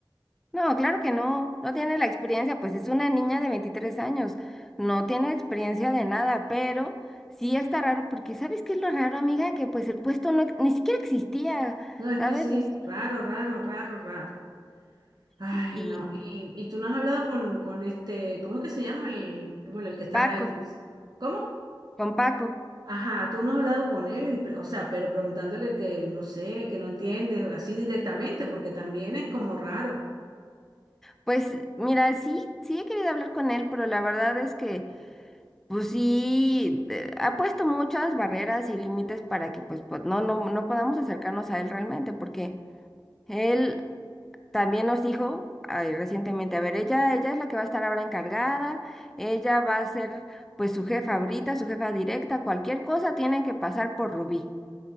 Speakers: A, in the centre; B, on the right.
A: No, claro que no, no tiene la experiencia, pues es una niña de 23 años, no tiene experiencia de nada, pero sí está raro, porque ¿sabes qué es lo raro, amiga? Que pues el puesto no, ni siquiera existía,
B: No, es
A: ¿sabes?
B: que sí,
A: O sea,
B: raro, raro, raro, raro. Ay,
A: y y
B: no, y, y tú no has hablado con, con este, ¿cómo es que se llama el, bueno, el que está,
A: Paco,
B: el- ¿cómo?
A: con Paco,
B: Ajá, tú no has hablado con él, y pre- o sea, pero preguntándole que no sé, que no entiendes, así directamente, porque también es como raro.
A: pues mira, sí, sí he querido hablar con él, pero la verdad es que, pues sí, de- ha puesto muchas barreras y límites para que pues, pues no, no, no podamos acercarnos a él realmente, porque él... También nos dijo ay, recientemente, a ver, ella, ella es la que va a estar ahora encargada, ella va a ser pues su jefa ahorita, su jefa directa, cualquier cosa tiene que pasar por Rubí.